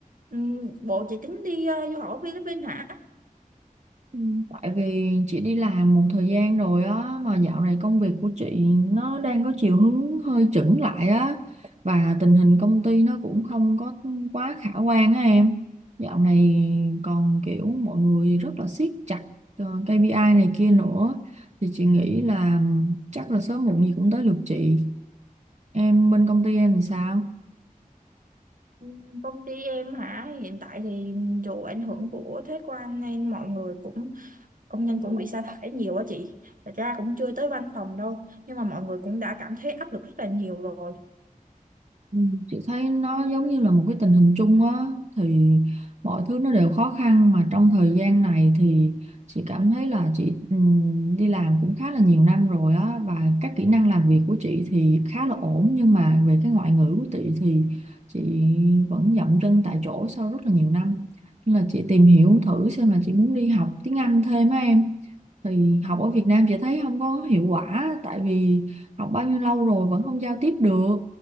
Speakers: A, on the right (about 65°); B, on the right (about 50°).
A: Ừm, bộ chị tính đi ờ, du học ở Philippines hả
B: Ừ. Tại vì chị đi làm một thời gian rồi á, mà dạo này công việc của chị nó đang có chiều hướng hơi chững lại á, và tình hình công ty nó cũng không có quá khả quan á em. Dạo này còn kiểu mọi người rất là siết chặt ờ, KPI này kia nữa, thì chị nghĩ là chắc là sớm muộn gì cũng tới lượt chị. Em bên công ty em làm sao?
A: Ừm, công ty em hả hiện tại thì dù ảnh hưởng của thuế quan nên mọi người cũng công nhân cũng bị sa thải nhiều á chị thật ra cũng chưa tới văn phòng đâu nhưng mà mọi người cũng đã cảm thấy áp lực rất là nhiều rồi
B: Ừ, Chị thấy nó giống như là một cái tình hình chung á thì mọi thứ nó đều khó khăn mà trong thời gian này thì chị cảm thấy là chị ừm, đi làm cũng khá là nhiều năm rồi á và các kỹ năng làm việc của chị thì khá là ổn nhưng mà về cái ngoại ngữ của chị thì chị vẫn dậm chân tại chỗ sau rất là nhiều năm nên là chị tìm hiểu thử xem là chị muốn đi học tiếng Anh thêm á em thì học ở Việt Nam chị thấy không có hiệu quả tại vì học bao nhiêu lâu rồi vẫn không giao tiếp được